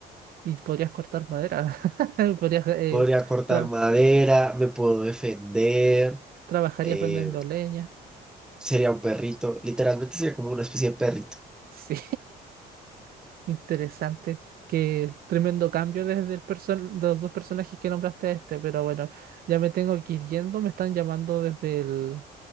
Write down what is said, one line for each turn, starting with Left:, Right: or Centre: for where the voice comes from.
Right: y podrías cortar madera, <laughs> podrías, eh,
Centre: Podría cortar
Right: tra-
Centre: madera, me puedo defender.
Right: trabajarías
Centre: eh,
Right: vendiendo leña.
Centre: Sería un perrito. Literalmente sería como una especie de perrito.
Right: Sí, <laughs> interesante. Qué tremendo cambio desde el person de los dos personajes que nombraste a este, pero bueno, ya me tengo que ir yendo, me están llamando desde el-